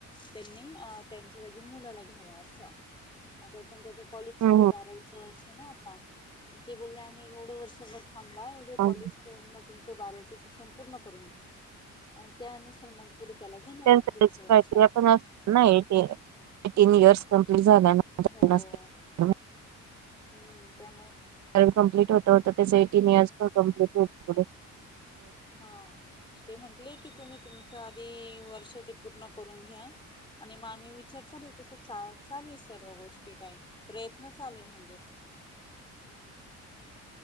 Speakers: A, on the left; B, on the right.
A: त्यांनी त्यांच्या जागी मुलाला घ्यावा अस आता पण त्याच कॉलेज
B: हम्म
A: चालू बारावीच वर्षी ना आता ते बोलले आम्ही एवढं वर्ष बघ थांबा एवढे
B: त्यांच
A: कॉलेज मग तुमचं बारावीचें शिक्षण पूर्ण करून घेऊ. अन त्या अनुसार मग
B: पण
A: आहे
B: त्याची
A: पुढच्या वर्षात
B: प्रक्रिया पण असती नाही ते. एटीन इयर्स कंप्लीट झाल्या नंतर
A: हो
B: असते म्हणून.
A: हम्म त्या
B: कारण कंप्लीट होत होत त्या एटीन इयर्स पण कंप्लिट हो.
A: हा मग ते म्हंटले की तुम्ही तुमच आधी वर्ष ते पूर्ण करून घ्या. आणि मग आम्ही विचार चालू तस चालू आहे सर्व गोष्टी काही प्रयत्न चाले म्हणजे.
B: <inaudible>